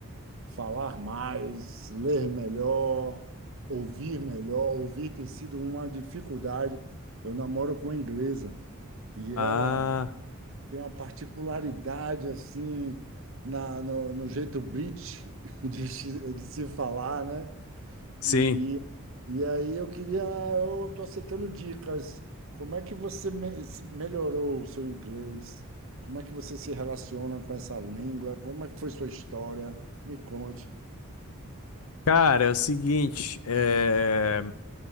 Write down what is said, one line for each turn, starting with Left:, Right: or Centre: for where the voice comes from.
Right: falar mais, ler melhor, ouvir melhor. Ouvir tem sido uma dificuldade. Eu namoro com uma inglesa e
Left: Ah,
Right: ela tem uma particularidade assim na, no, no jeito British <laughs> de, se- de se falar, né?
Left: sim.
Right: E, e, e aí eu queria, eu estou aceitando dicas. Como é que você me- se- melhorou o seu inglês? Como é que você se relaciona com essa língua? Como é que foi sua história? Me conte.
Left: Cara, é o seguinte, é...